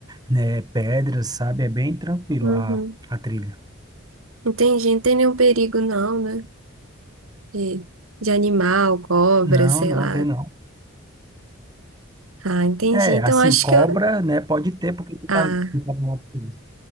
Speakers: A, on the right; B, on the right.
A: né? Pedras, sabe? É bem tranquilo
B: Uhum.
A: a, a trilha.
B: Entendi, não tem nenhum perigo não, né? De, de animal, cobra,
A: Não,
B: sei
A: não
B: lá.
A: tem não.
B: Ah, entendi.
A: É,
B: Então
A: assim,
B: acho
A: cobra,
B: que eu.
A: né? Pode ter, porque tu
B: Ah,
A: tá, tu tá numa prisão.